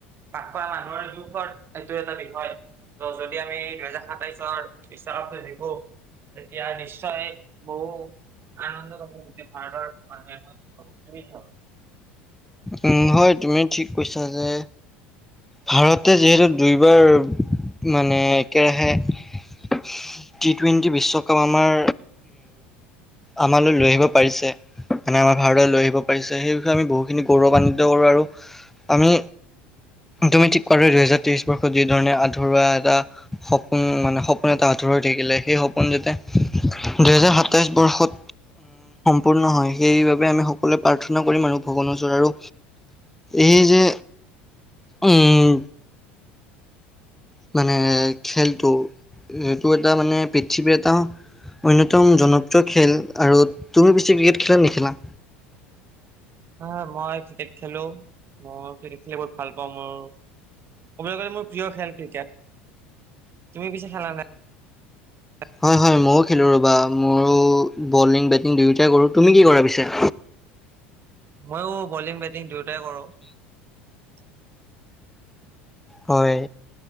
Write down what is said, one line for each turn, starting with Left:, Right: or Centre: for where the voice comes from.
Right: পাক খোৱা মানুহৰ দুখৰ এইটো এটা বিষয় ত' যদি আমি দুহেজাৰ সাতাইশৰ বিশ্বকাপটো জিকো তেতিয়া নিশ্চয় বহু আনন্দ পয <unintelligible> গোটেই ভাৰতৰ মানুহে উ <unintelligible>
Centre: উম, হয় তুমি ঠিক কৈছা যে। ভাৰতে যিহেতু দুইবাৰ মানে একেৰাহে উ <unintelligible> টি টুৱেণ্টি বিশ্বকাপ আমাৰ, আমালৈ লৈ আহিব পাৰিছে। মানে আমাৰ ভাৰতলৈ লৈ আহিব পাৰিছে সেই বিষয়ে আমি বহুখিনি গৌৰৱান্বিত কৰো আৰু আমি তুমি ঠিক কোৱা দুইহেজাৰ তেইশ বৰ্ষত যি ধৰণে আধৰুৱা এটা সপোন মানে সপোন এটা আঁতৰি থাকিলে সেই সপোন যাতে দুহেজাৰ সাতাইশ বৰ্ষত সম্পূৰ্ণ হয় সেইবাবে আমি সকলোৱে প্ৰাৰ্থনা কৰিম আৰু ভগৱৰ ওচৰতৰ আৰু। এই যে উম, মানে খেলটো এইটো এটা মানে পৃথিৱীৰ এটা অন্যতম জনপ্ৰিয় খেল আৰু তুমি বেছি ক্ৰিকেট খেলা নেখেলা?
Right: হ মই ক্ৰিকেট খেলো মই ক্ৰিকেট খেলি বহুত ভাল পাওঁ মোৰ ক'বলৈ গ'লে মোৰ প্ৰিয় খেল ক্ৰিকেট তুমি পিছে খেলা নাই। <unintelligible>
Centre: হয়-হয় ময়ো খেলো ৰবা মইো বলিং, বেটিং দুয়োটাই কৰো তুমি কি কৰা পিছো?
Right: ময়ো বলিং, বেটিং দুয়োটাই কৰোঁ। <inaudible>
Centre: হয়